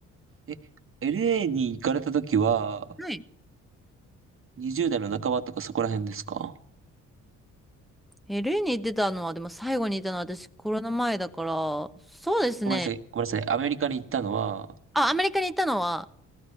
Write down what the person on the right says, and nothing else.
ー、え、LA に行かれた時は、
20代の半ばとかそこら辺ですか
ごめんなさい、ごめんなさい。アメリカに行ったのは、